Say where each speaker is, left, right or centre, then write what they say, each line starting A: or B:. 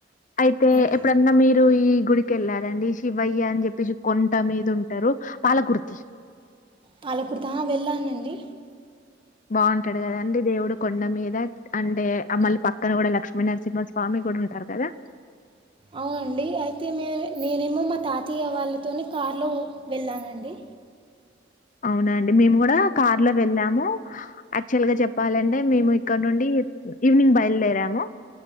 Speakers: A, on the left; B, on the right.
A: అయితే
B: హ్మ్.
A: ఎప్పుడన్నా మీరు ఈ గుడి వెళ్ళారంండి శివయ్య అని చెప్పేసి కొంట మీద ఉంటారు పాలకుర్తి
B: పాలకూడతా వెళ్ళానండి
A: బాగుంటాడు కదా అండి దేవుడు కొండ మీద అంటే మమ్మని పక్కన కూడా లక్ష్మీనరసింహ స్వామి కూడా ఉంటారు కదా
B: అవునండి అయితే మే నేనేమో మా తాతయ్య వాళ్ళతోనే కారులో వెళ్ళానండి
A: అవునా అండి మేము కూడా కార్ లో వెళ్ళాము యాక్చువల్ గా చెప్పాలంటే మేము ఇక్కడ నుండి ఈవినింగ్ బయలుదేరాము